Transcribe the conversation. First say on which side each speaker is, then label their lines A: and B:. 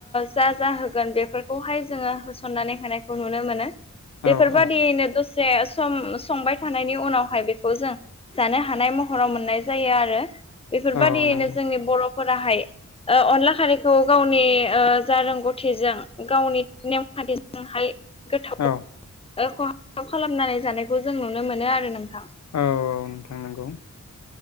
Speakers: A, on the left (about 20°); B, on the left (about 65°).
A: जा - जा होगोन बेफोरखौहाय जोङो होसननानै होनायखौ नुनो मोनो। बेफोरबादियैनो
B: औ औ
A: दसे सम संबाय थानायनि उनावहाय बेखौ जों जानो हानाय महराव मोननाय जायो आरो। बेफोरबायदियैनो
B: औ नंगौ
A: जोंनि बर'फोराहाय अनला खारैखौ गावनि जा रोंगौथिजों गावनि नेमखान्थिजोंहाय गोथाव
B: औ
A: खहा खालामनानै जानायखौ जों नुनो मोनो आरो नोंथां।
B: औ - औ नोंथां नंगौ